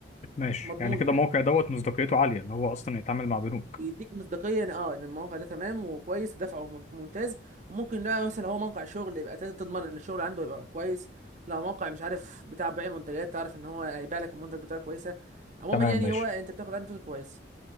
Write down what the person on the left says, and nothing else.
ماشي
يعني كده
الموقع دوت مصداقيته عالية ان هو اصلا يتعامل مع بنوك
تمام
ماشي